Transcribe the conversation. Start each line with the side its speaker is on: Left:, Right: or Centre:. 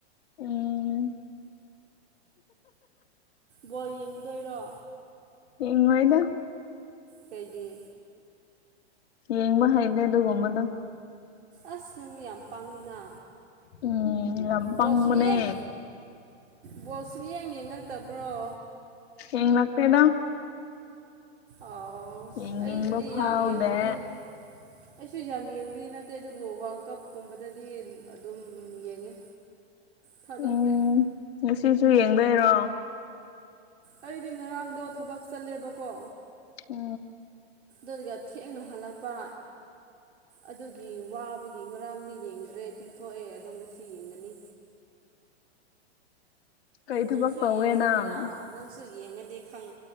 Left: ꯎꯝ
Right: ꯕꯣꯜ ꯌꯦꯡꯗꯣꯏꯔꯣ?
Left: ꯌꯦꯡꯉꯣꯏꯗ꯫
Right: ꯀꯩꯒꯤ?
Left: ꯌꯦꯡꯕ ꯍꯩꯇꯦ ꯗꯨꯒꯨꯝꯕꯗꯣ꯫
Right: ꯑꯁ ꯅꯪꯗꯤ ꯌꯥꯝ ꯄꯪꯉꯤꯅ
Left: ꯎꯝ ꯌꯥꯝ ꯄꯪꯕꯅꯦ
Right: ꯕꯣꯜꯁꯨꯡꯌꯦꯡ ꯕꯣꯜ ꯁꯨꯡꯌꯦꯡ ꯌꯦꯡꯉꯛꯇꯕ꯭ꯔꯣ?
Left: ꯌꯦꯡ ꯂꯥꯛꯇꯦꯗ꯫
Right: ꯑꯣꯁꯁ
Left: ꯌꯦꯡꯅꯤꯡꯕ
Right: ꯑꯩꯕꯨꯗꯤ
Left: ꯐꯥꯎꯗꯦ
Right: ꯌꯥꯝ ꯌꯦꯡꯕꯗꯤ ꯑꯩꯁꯨ ꯌꯥꯝ ꯌꯦꯡꯕꯗꯤ ꯅꯠꯇꯦ ꯑꯗꯨꯕꯨ ꯋꯥꯜ ꯀꯞꯀꯨꯝꯕꯗꯗꯤ ꯑꯗꯨꯝ ꯌꯦꯡꯉꯦ꯫ ꯊꯗꯣꯛꯇꯦ
Left: ꯎꯝ ꯉꯁꯤꯁꯨ ꯌꯦꯡꯗꯣꯏꯔꯣ?
Right: ꯑꯩꯗꯤ ꯉꯔꯥꯡꯗꯣ ꯊꯕꯛ ꯆꯠꯂꯦꯕꯀꯣ꯫
Left: ꯑ
Right: ꯑꯗꯨꯒ ꯊꯦꯡꯅ ꯍꯜꯂꯛꯄ ꯑꯗꯨꯒꯤ ꯋꯥꯕꯒꯤ ꯉꯔꯥꯡꯗꯤ ꯌꯦꯡꯗ꯭ꯔꯦ ꯇꯨꯝꯊꯣꯛꯑꯦ ꯑꯗꯣ ꯉꯁꯤ ꯌꯦꯡꯒꯅꯤ꯫
Left: ꯀꯩ ꯊꯕꯛ
Right: ꯅꯪꯁꯨ
Left: ꯇꯧꯒꯦ
Right: ꯌꯦꯡꯁꯦꯗꯅ꯫
Left: ꯅꯪ
Right: ꯅꯪꯁꯨ ꯌꯦꯡꯉꯗꯤ ꯈꯪ